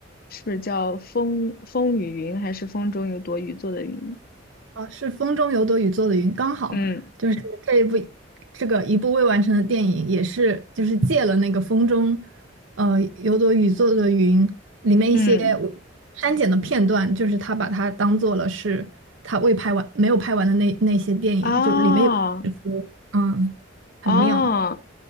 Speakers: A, on the left (about 50°); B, on the right (about 75°).
A: 是叫《风风雨云》还是《风中有朵雨做的云》？
B: 啊，是《风中有朵雨做的云》，刚好就是这一部
A: 嗯
B: 这个一部未完成的电影，也是就是借了那个《风中呃有朵雨做的云》里面一些我删减的片段，
A: 嗯，
B: 就是他把它当做了是他未拍完没有拍完的那那些电影，
A: 啊
B: 就里面有嗯很妙
A: 啊，